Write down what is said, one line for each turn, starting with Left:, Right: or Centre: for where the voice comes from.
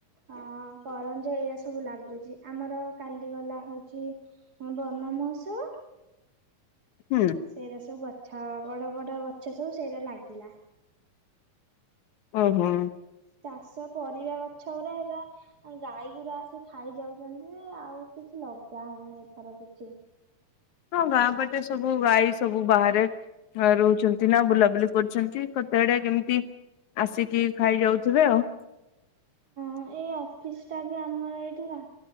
Right: ଅ କରଞ୍ଜ ଏଇଆ ସବୁ ଲାଗୁଛି ଆମର କାଲିଗଲା ହଉଛି। ହ ବନମହୋଉତ୍ସବ।
Left: ହୁଁ।
Right: ସେଇଟା ସବୁ ଗଛ ବଡ ବଡ ଗଛ ସବୁ ସେଇଟା ଲାଗିଲା।
Left: ଓହୋ
Right: ଚାଷ ପରିବା ଗଛ ଗୁଡା ହେରା ଗାଈଗୁରା ଆସି ଖାଇଯାଉଛନ୍ତି ଯେ ଆଉ କିଛି ଲଗା ହେଇନି ଏଥର କିଛି।
Left: ହଁ ଗାଁ ପାଟେ ସବୁ ଗାଈ ସବୁ ବାହାରେ ହ ରହୁଛନ୍ତି ନା ବୁଲାବୁଲି କରୁଛନ୍ତି କତେଆଡେ କେମିତି ଆସିକି ଖାଇ ଯାଉଥିବେ ଆଉ। <unintelligible>
Right: ହଁ ଏଇ ଅଫିସ ଟା ବି ଆମର ଏଇଠି ବା